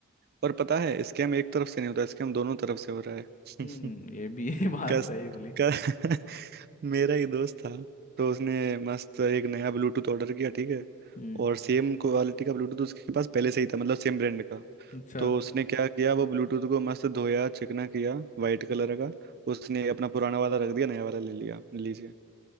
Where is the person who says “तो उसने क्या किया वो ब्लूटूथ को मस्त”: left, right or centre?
Right